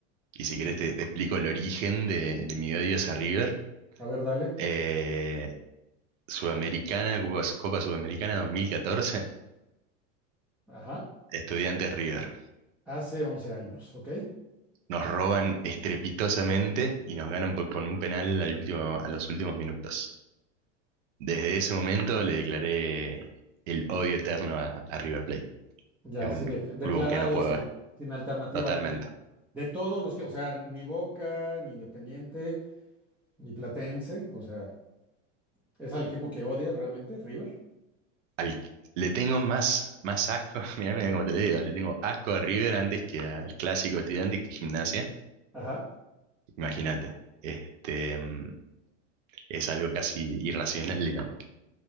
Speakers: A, on the right (about 75°); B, in the centre.
A: Y si querés te, te explico el origen de, de mi odio hacia River.
B: a ver, dale.
A: Eh, Sudamericana, Copa, Copa Sudamericana 2014,
B: Ajá,
A: Estudiantes River.
B: hace 11 años, ok.
A: nos roban estrepitosamente y nos ganan por- con un penal al último, a los últimos minutos. Desde ese momento le declaré el odio eterno a, a River Plate.
B: Ya,
A: Es
B: así
A: un
B: de, declarado
A: club que no puedo
B: sin,
A: ver,
B: sin alternativa
A: totalmente.
B: alguna. De todos los que, o sea, ni Boca, ni Independiente, ni Platense, o sea, es al equipo que odias realmente, River.
A: Al- le tengo más, más asco, <laughs> mirá, mirá cómo te lo digo, le tengo asco a River antes que al clásico estudiante que Gimnasia.
B: Ajá.
A: Imagínate, este, mm, es algo casi irracional, digamos,